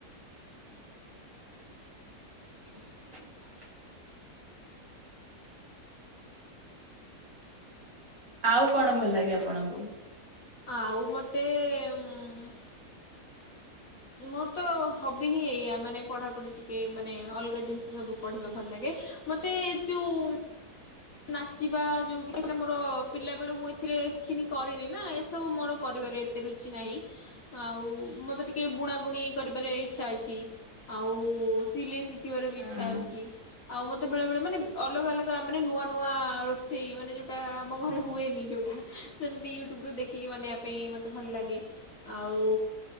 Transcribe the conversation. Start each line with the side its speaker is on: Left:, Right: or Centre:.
Right: <unintelligible> ଆଉ କଣ ଭଲ ଲାଗେ ଆପଣଙ୍କୁ?
Left: ଆଉ ମତେ ହୁଁ ମୋର ତ ହବି ହିଁ ଏଇଆ ମାନେ ପଢାପଢି ଟିକେ ମାନେ ଅଲଗା ଜିନିଷ ସବୁ ପଢିବେ ଭଲ ଲାଗେ। ମତେ ଯୋଉ ନାଚିବା ଯୋଉାନ ମୋର ପିଲା ବେଳୁ ମୁଁ ଏଥିରେ କରିନି ନା ଏସବୁ ମୋର କରିବ ମୋରେ ଏତେ ରୁଚି ନାହିଁ ଆଉ ମତେ ଟିକେ ବୁଣା ବୁଣି କରିବାରେ ଇଛା ଅଛି। ଆଉ ସିଲେଇ ଶିଖିବାର ବି
Right: ଉଁ,
Left: ଇଚ୍ଛା ଅଛି ଆଉ ମତେ ବେଳେ ବେଳେ ମାନେ ଅଲଗା ଅଲଗା ମାନେ ନୂଆ ନୂ ନୂଆ ରୋଷେଇ ମାନେ ଯୋଉଟା ଆମ ଘରେ ହୁଏନି ଯୋଉଟା ସେମିତି ୟୁଟ୍ୟୁବରୁ ଦେଖି ଦେଖିକି ବନେଇବା ମାନେ ପାଇଁ ମତେ ଭଲ ଲାଗେ। ଆଉ